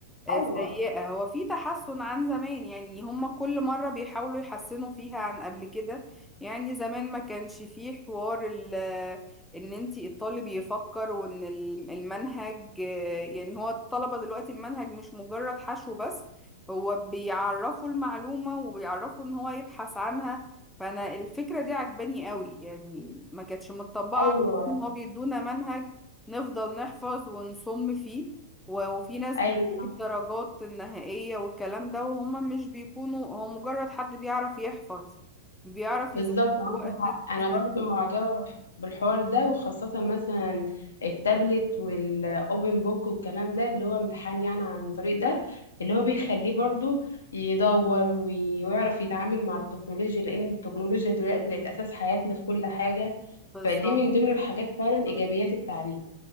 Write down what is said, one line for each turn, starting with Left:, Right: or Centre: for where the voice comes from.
Centre: آه،
Left: ايوه
Centre: سيئة هو في تحسن عن زمان يعني هم كل مرة بيحاولوا يحسنوا فيها عن قبل كده يعني زمان ما كانش فيه حوار ال- ان انتي الطالب يفكر وان ال- المنهج آه، يعني هو الطلبة دلوقتي المنهج مش مجرد حشو بس هو بيعرفوا المعلومة وبيعرفوا ان هو يبحث عنها فانا الفكرة دي عجباني قوي يعني ما كانتش متطبقة
Left: ايوه
Centre: على إن هو بيدونا منهج نفضل نحفظ ونصم فيه و- وفي ناس
Left: ايوه
Centre: الدرجات النهائية والكلام ده وهم مش بيكونوا هو مجرد حد بيعرف يحفظ بيعرف
Left: بالظبط
Centre: يذاكر
Left: معاك
Centre: وقت
Left: حق
Centre: كبير
Left: انا برضو معجبه بالح- بالحوار ده وخاصه مثلا التابلت والاوبن بوك والكلام ده اللي هو امتحان يعني عن طريق ده اللي هو بيخليه برضو يدور وي- ويعرف يتعامل مع التكنولوجيا لان التكنولوجيا دلوقتي بقت اساس حياتنا في كل حاجه
Centre: بالظبط
Left: فدي من ضمن الحاجات فعلا ايجابيات التعليم